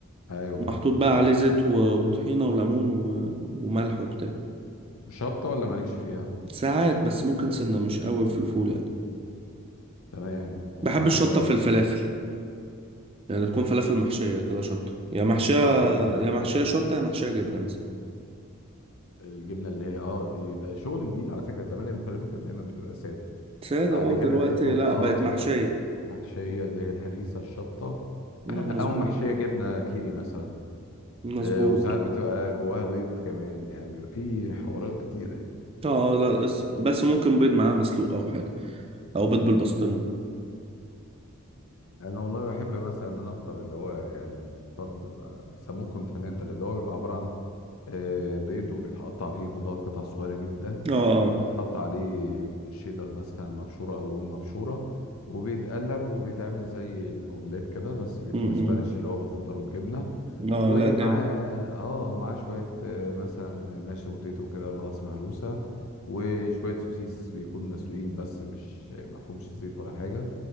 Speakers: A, on the left; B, on the right.
A: أيوه
B: ومحطوط
A: فاهمك
B: بقى
A: فاهمك
B: عليه زيت و- وطحينه وليمون و- وملح وبتاع
A: شطة ولا مالكش فيها؟
B: ساعات بس ممكن سنه مش قوي في الفول يعني
A: تمام ومعاه
B: بحب الشطه
A: بقى
B: في
A: إيه؟
B: الفلافل يعني تكون فلافل محشيه كده شطه يا محشيه
A: آه الفلافل
B: يا محشيه شطه يا محشيه جبنه مثلا
A: الجبنة اللي هي آه دي ده شغل جديد على فكرة زمان الفلافل كانت دايما بتبقى سادة
B: ساده
A: بعد
B: اه
A: كده
B: دلوقتي
A: لقيتهم
B: لا
A: آه
B: بقت محشيه
A: محشية اللي هي الهريسة الشطة <clears throat>
B: مم،
A: أو
B: مظبوط
A: محشية جبنة كيري مثلا
B: مظبوط
A: آه، وساعات بتبقى جواها بيض كمان يعني بيبقى في حوارات كتيرة يعني
B: اه اه لا بس بس ممكن بيض معاه مسلوق او حاجه او بيض بالبسطرمه
A: انا والله بحب مثلا ان انا افطر اللي هو يعني فطار بيبقى بيسموه كونتيننتال اللي هو بيبقى عبارة عن آه، بيض وبيتقطع فيه خضار قطع صغيرة جدا
B: اه اه
A: وبيتحط عليه شيدر مثلا مبشورة او رومي مبشورة وبيتقلب وبيتعمل زي الاومليت كده بس بيكون
B: م-
A: سبانيش اللي هو بالخضار والجبنة
B: م. اه
A: ومعاه
B: لا جامد
A: اه ومعاه شوية آه، مثلا ماشي بوتيتو كده براس مهروسة وشوية سوسيس بيكون مسلوقين بس مش مفهومش زيت ولا حاجة